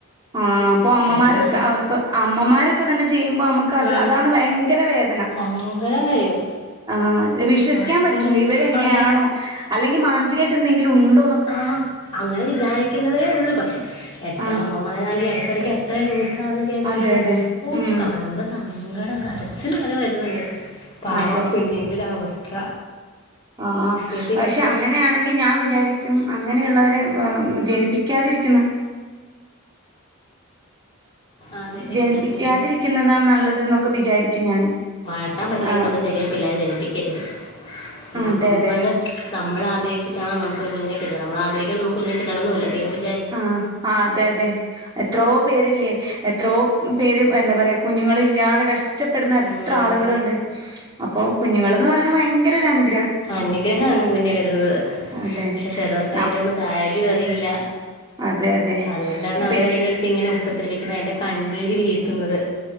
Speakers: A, on the right (about 20°); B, on the left (about 25°).
A: ആഹ് അപ്പൊ അമ്മമാരൊക്കെ
B: ചില
A: അതിപ്പോ അമ്മമാരൊക്കെ തന്നെ ചെയ് ചെയ്യുമ്പോ നമുക്ക് അത്
B: ആ
A: അതാണ് ഭയങ്കര വേദന
B: സങ്കടം വരും
A: ആഹ് വിശ്വസിക്കാൻ
B: വാർത്തയെല്ലാം
A: പറ്റൂല ഇവര് തന്നെയാണോ
B: അതെ
A: അല്ല് അല്ലെങ്കിൽ മാനസികമായിട്ട് എന്തെങ്കിലും ഉ
B: ആഹ് അങ്ങനെ വിചാരിക്കുന്നതേ ഉള്ളൂ പക്ഷെ എത്ര
A: ആഹ്
B: അമ്മമാരാണ് ഈ അടുത്തെടക്ക് എത്ര ന്യൂസാന്ന് കേൾക്കുന്നത്
A: അതെ അതെ
B: ഓഹ്
A: ഉം
B: കാണുമ്പോ സ സങ്കടം കരച്ചില് വരെ വരുന്നുണ്ട് പാവം
A: അതെ
B: ആ കുഞ്ഞിന്റെ ഒര് അവസ്ഥ
A: ആഹ്
B: ഇപ്പം
A: പക്ഷെ
B: ഈ അടുത്ത്
A: അങ്ങനെയാണെങ്കിൽ ഞാൻ വിചാരിക്കും അങ്ങനെയുള്ളവരെ ജനിപ്പിക്കാതിരിക്കുന്ന
B: അതെ എന്തിനാ
A: ജനിപ്പിക്കാതിരിക്കുന്നതാണ്
B: പിന്നെ
A: നല്ലത് എന്നൊക്കെ വിചാരിക്കും ഞാന്
B: വളർത്താൻ പറ്റിയില്ലെങ്കിൽ
A: ആഹ്
B: നമ്മള് ശരിക്കും പിള്ളേരെ ജനിപ്പിക്കരുത്
A: അതെ
B: നമ്മള്
A: അതെ
B: നമ്മൾ ആഗ്രഹിച്ചിട്ടാണോ ന മ്മക്ക് കുഞ്ഞിനെ കിട്ടണത് നമ്മള് ആഗ്രഹിക്കുമ്പം നമുക്ക് കുഞ്ഞിനെ കിട്ടണം എന്നുമില്ല ദൈവം വിചാ
A: ആഹ് ആഹ് അതെ അതെ എത്രോ പേരില്ലേ എത്രയോ പേര് എന്താ പറയാ കുഞ്ഞുങ്ങളില്ലാതെ കഷ്ടപ്പെടുന്ന എത്ര
B: ഉം
A: ആളുകളുണ്ട് അപ്പൊ കുഞ്ഞുങ്ങൾന്ന് പറയണെ ഭയങ്കര ഒരു അനു
B: അനുഗ്രഹാന്ന് കുഞ്ഞ് വരുന്നത്
A: അതെ
B: പക്ഷെ ചിലർക്ക്
A: ന
B: അതിന്റെ ഒന്നും വവാല്യൂ അറിയില്ല
A: അതെ അതെ
B: അതുകൊണ്ടാണ്
A: പി
B: അവര് അതിനെ ഇട്ടിങ്ങനെ ഉ ഉപദ്രവിക്കുന്നെ അതിന്റെ കണ്ണീര് വീഴ്ത്തുന്നത്